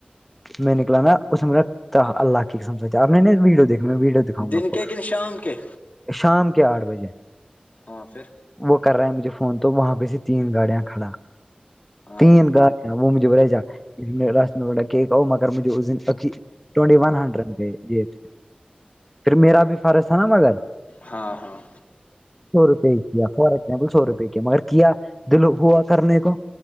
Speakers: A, in the centre; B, on the left.
A: میں نکلا نا اس میں رکھتا اللہ کی سمج آپ نے ویڈو دیکھ میں ویڈی دکھاؤ
B: دن
A: گا آپ کو
B: کے کن شام کے
A: شام کے آٹھ بجے
B: ہاں پھر
A: وہ کر رہا ہے مجھے فون تو وہاں پہ سے تین گاڑیاں کھڑا
B: ہاں
A: تین گاڑ وہ مجھے بے جاھر نے راس میں بک آ مگر مجھے اسن ٹٹی ون ہنڈریڈ ج پھر میرا بھی فرض تھا نا مگر
B: ہاں ہاں
A: سو روپئے کیا فار ایگزامپل سو روپئے کیا مگر کیا دل ہوا کرنے کو